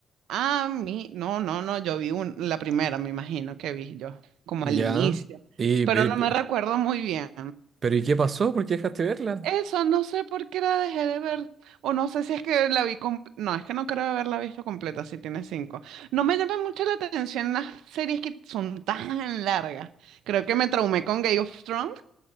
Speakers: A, on the right; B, on the right.
A: A mí, no, no, no, yo vi un- la primera, me imagino que vi yo, como
B: Ya.
A: al inicio,
B: Y,
A: pero
B: pe-
A: no me recuerdo muy bien.
B: pero, ¿y qué pasó? ¿Por qué dejaste verla?
A: Eso, no sé por qué la dejé de ver, o no sé si es que la vi, com- no, es que no creo haberla visto completa, si tiene cinco. No me llama mucho la atención las series que son tan largas. Creo que me traumé con Game of Thrones.